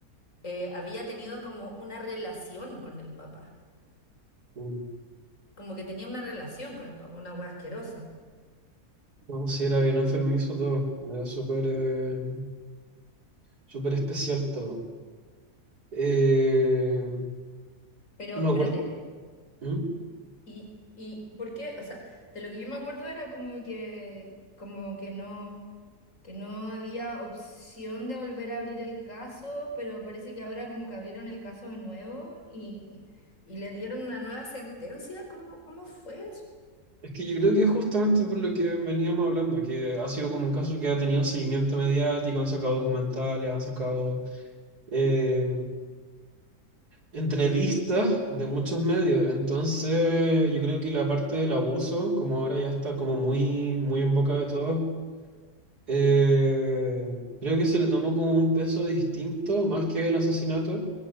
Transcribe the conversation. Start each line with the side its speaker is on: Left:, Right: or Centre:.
Left: eh, había tenido como una relación con el papá,
Right: Mm.
Left: como que tenía una relación con el papá, una hueá asquerosa.
Right: No, sí, era bien enfermizo todo, era súper eh, súper especial todo. Eh,
Left: Pero
Right: no me
Left: espérate,
Right: acuerdo. ¿Mm?
Left: ¿y, y por qué? O sea, de lo que yo me acuerdo era como que, como que no, que no había opción de volver a abrir el caso, pero parece que ahora como que abrieron el caso de nuevo y, y les dieron una nueva sentencia. ¿Cómo, cómo fue eso?
Right: Es que yo creo que es justamente por lo que veníamos hablando, que ha sido como un caso que ha tenido seguimiento mediático, han sacado documentales, han sacado eh, entrevistas de muchos medios. Entonces, yo creo que la parte del abuso, como ahora ya está como muy, muy en boca de todos, Eh, creo que se le tomó como un peso distinto, más que el asesinato,